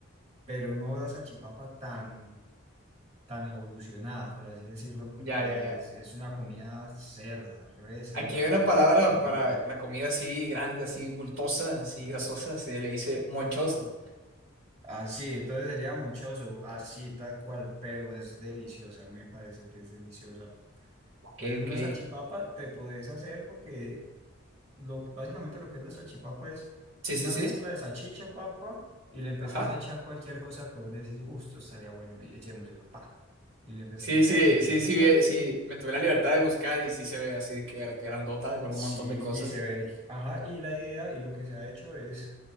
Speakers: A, on the right; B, on the right.
A: pero no la salchipapa tan tan evolucionada, por así decirlo, porque
B: ya, ya, ya.
A: es, es una comida cerda, re cerda,
B: Aquí hay una
A: pero
B: palabra
A: muy
B: para
A: rica.
B: la comida así grande, así bultosa, así grasosa, se le dice monchoso.
A: Así, entonces sería mochoso, así, tal cual, pero es deliciosa, a mí me parece que es deliciosa.
B: Ok,
A: Entonces,
B: ok.
A: una salchipapa te puedes hacer porque lo, básicamente lo que es la salchipapa es
B: Sí,
A: una
B: sí, sí,
A: mezcla de salchicha, papa, y le empezás
B: ajá.
A: a echar cualquier cosa que vos decís, gusto, estaría bueno, y echémoslo, pa. Y le empezás
B: Sí,
A: a echar,
B: sí,
A: y le empezás
B: sí, sí,
A: a echar.
B: vi- sí, me tomé la libertad de buscar y sí se ve así de que gra- grandota, con
A: Sí,
B: un montón de cosas.
A: y se ve, ajá, y la idea y lo que se ha hecho es